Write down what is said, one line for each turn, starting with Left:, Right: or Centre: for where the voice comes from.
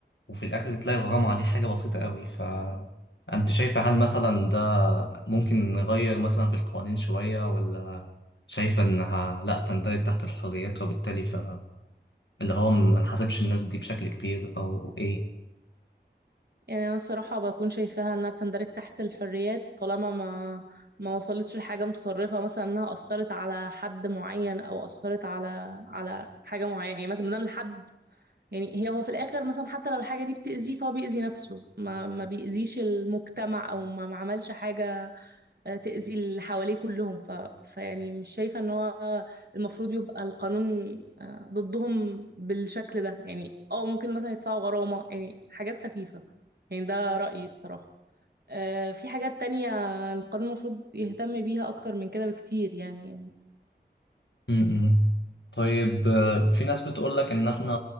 Left: وفي الاخر تلاقي الغرامة دي حاجة بسيطة قوي فانت شايفة هل مثلا ده ممكن نغير مثلا في القوانين شوية ولا شايفة انها لا تندرج تحت الحريات وبالتالي فاللي هو ما نحاسبش الناس دي بشكل كبير او ايه
Right: يعني انا الصراحه بكون شايفاها انها بتندرج تحت الحريات طالما ما ما وصلتش لحاجه متطرفه مثلا انها اثرت على حد معين او اثرت على على حاجه معينه يعني مثلا ما دام الحد يعني هي هو في الاخر مثلا حتى لو الحاجه دي بتاذيه فهو بيأذي نفسه ما ما بيأذيش المجتمع او ما ما عملش حاجه آه، تأذي اللي حواليه كلهم ف... فيعني مش شايفة ان هو المفروض يبقى القانون آه، ضدهم بالشكل ده يعني اه ممكن مثلا يدفعوا غرامة يعني حاجات خفيفة يعني ده رأيي الصراحة آه، في حاجات تانية القانون المفروض يهتم بيها أكتر من كده بكتير يعني يعني
Left: امم طيب آه، في ناس بتقول لك ان احنا